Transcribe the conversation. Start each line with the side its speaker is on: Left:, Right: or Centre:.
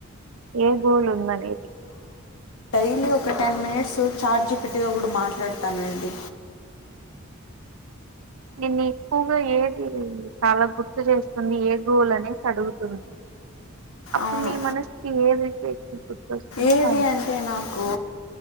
Right: ఏ గోల్ ఉందానేది
Left: లీ ఒక టెన్ మినిట్స్ చాట్ జిపిట్టితో కూడా మాట్లాడతానండి
Right: నిన్ని ఎక్కువగా ఏది చాలా గుర్తు చేస్తుంది ఏ గోలు అనేసి అడుగుతుంది అప్పుడు
Left: అవును
Right: మీ మనసుకి ఏదైతే ఎక్కువ గుర్తుస్తుందో
Left: ఏది
Right: దాని చెప్ప
Left: అంటే నాకు